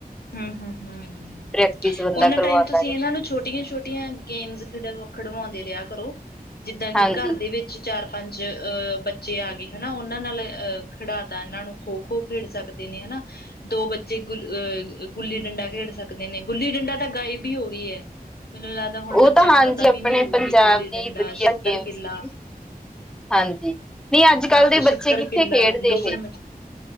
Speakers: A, on the left (about 85°); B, in the centre.
A: ਹਮ ਹਮ ਹਮ ਹ
B: ਪ੍ਰੈਕਟਿਸ ਬੰਦਾ
A: ਉਹਨਾਂ
B: ਕਰਵਾਉਂਦਾ
A: ਟਾਈਮ ਤੁਸੀਂ
B: ਰਹੇ
A: ਇਹਨਾਂ ਨੂੰ ਛੋਟੀਆਂ- ਛੋਟੀਆਂ ਗੇਮਸ ਖੇਡ ਖਿਡਵਾਉਂਦੇ ਰਿਹਾ ਕਰੋ ਜਿੱਦਾਂ ਕਿ
B: ਹਾਂਜੀ
A: ਘਰ ਦੇ ਵਿੱਚ ਚਾਰ ਪੰਜ ਅਹ ਬੱਚੇ ਆ ਗਏ ਹਨਾ, ਉਹਨਾਂ ਨਾਲ ਖਿਡਾਤਾ ਇਹਨਾਂ ਨੂੰ ਖੋ -ਖੋ ਉਹ ਖੇਡ ਸਕਦੇ ਨੇ ਹਨਾ, ਦੋ ਬੱਚੇ ਗੁ ਅਹ ਗੁੱਲੀ ਡੰਡਾ ਖੇਡ ਸਕਦੇ ਨੇ, ਗੁੱਲੀ ਡੰਡਾ ਤਾਂ ਗਾਇਬ ਹੀ ਹੋ ਗਈ ਹੈ। ਮੈਨੂੰ ਲੱਗਦਾ ਹੁਣ ਬੱਚਿਆਂ
B: ਉਹ ਤਾਂ
A: ਨੂੰ
B: ਹਾਂਜੀ
A: ਪਤਾ
B: ਆਪਣੇ
A: ਵੀ ਨਹੀਂ ਹੋਊਗੀ
B: ਪੰਜਾਬ
A: ਗੁੱਲੀ
B: ਦੀ
A: ਡੰਡਾ,
B: ਵਧੀਆ
A: ਸ਼ਿੱਤਰ
B: ਗੇਮ
A: ਕਿਲਾ
B: ਸੀਗੀ ਹਾਂਜੀ ਨਹੀਂ ਅੱਜ
A: ਹਾਂ
B: -ਕੱਲ ਦੇ
A: ਛਿੱਤਰ
B: ਬੱਚੇ ਕਿੱਥੇ
A: ਕਿੱਲਾ,
B: ਖੇਡਦੇ
A: ਲੁਕਣ
B: ਹੈ,